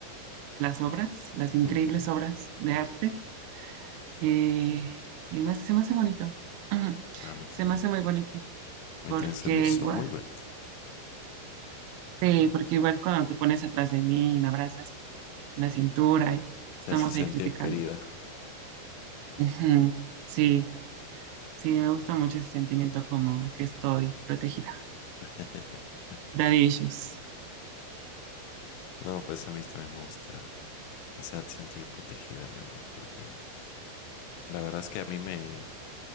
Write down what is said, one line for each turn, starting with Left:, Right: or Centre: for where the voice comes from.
Right: las obras, las increíbles
Left: Mm,
Right: obras de arte y, y me hace- se me hace bonito. <clears throat>
Left: a mí también.
Right: Se me hace muy bonito
Left: A mí
Right: porque
Left: también se me hizo
Right: igual
Left: muy bonito.
Right: Sí, porque igual cuando te pones atrás de mí y me abrazas la cintura y estamos
Left: Te hace sentir
Right: ahí criticando.
Left: querida.
Right: Ujú, Sí, sí, me gusta mucho ese sentimiento como que estoy protegida.
Left: <laughs>
Right: Daddy issues.
Left: No, pues a mí también me gusta hacerte sentir protegida, mi amor, porque la verdad es que a mí me...